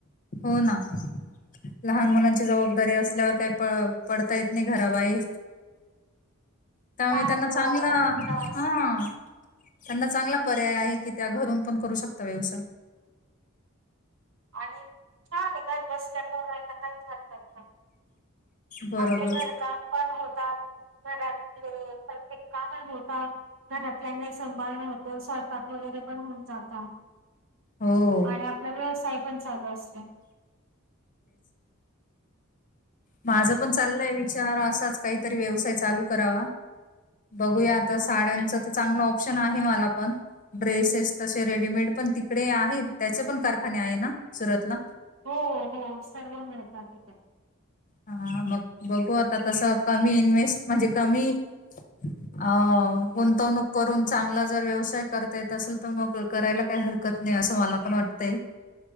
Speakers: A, on the left (about 40°); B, on the right (about 65°).
A: हो ना. लहान मुलांची जबाबदारी असल्यावर काही प पडता येत नाही घराबाहे. त्यामुळे
B: लहान
A: त्यांना
B: मुला
A: चांगलं
B: मुलं अस
A: हा. त्यांना चांगला पर्याय आहे की त्या घरून पण करू शकता व्यवसाय.
B: आणि छान आहे घर बसल्या करायला. काहीच हरकत नाही.
A: बरोबर
B: आपले घरकाम पण होत, घरातले प्रत्येक काम होता, घरातल्या सांभाळन होत स्वयंपाक वगैरे पण होऊन जाता
A: हो
B: आनी आपला व्यवसाय पण चालू असत.
A: माझं पण चाललंय विचार असाच काहीतरी व्यवसाय चालू करावा. बघूया आता साड्यांच तर चांगलं ऑप्शन आहे मला पण ड्रेसेस तसे रेडमेड, पण तिकडे आहे त्याचे पण कारखाने आहे ना सुरतला.
B: हो हो सर्व मिळतात का.
A: हा मग बघू आता तस कमी इन्व्स्ट म्हणजे कमी अ गुंतवणूक करून चांगला जर व्यवसाय करता येत असेल तर मग करायला काय हरकत नाही असं मला पण वाटतंय.